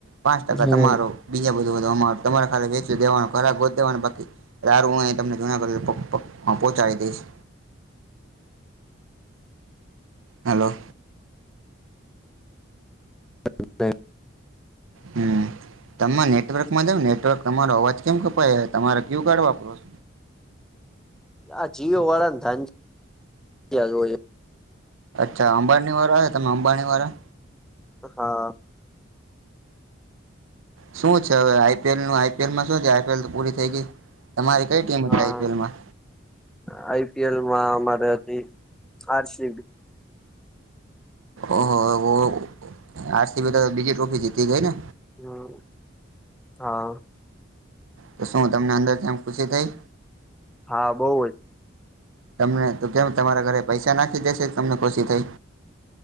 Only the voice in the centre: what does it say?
હા
<inaudible>
આ જીઓવાળાને ધાંધિયા જ હોય.
હા.
હા
આઈ પી એલ માં અમારે હતી આર સી બી
હમ્મ હા.
હા, બઉ જ.